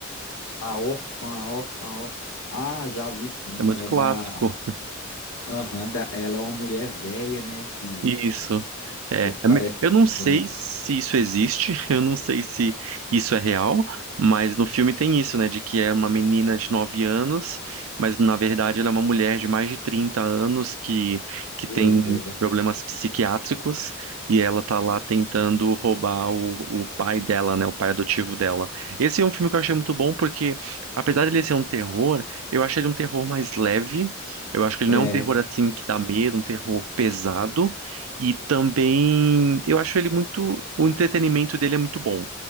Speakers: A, on the left (about 85°); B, on the right (about 80°).
A: A órfã, a órfã, a órfã. Ah, já vi sim.
B: É muito
A: É
B: clássico.
A: da. Aham, da... ela é uma mulher velha, né? Que
B: Isso. É. É
A: parece
B: me- Eu
A: uma
B: não
A: criança.
B: sei se isso existe, <laughs> eu não sei se isso é real, mas no filme tem isso, né? De que é uma menina de 9 anos, mas na verdade ela é uma mulher de mais de 30 anos que, que
A: Pois
B: tem
A: é.
B: problemas psiquiátricos e ela tá lá tentando roubar o, o pai dela, né? O pai adotivo dela. Esse é um filme que eu achei muito bom porque, apesar dele ser um terror, eu achei ele um terror mais leve. Eu acho que ele
A: É.
B: não é um terror assim que dá medo, um terror pesado. E também, eu acho ele muito, o entretenimento dele é muito bom,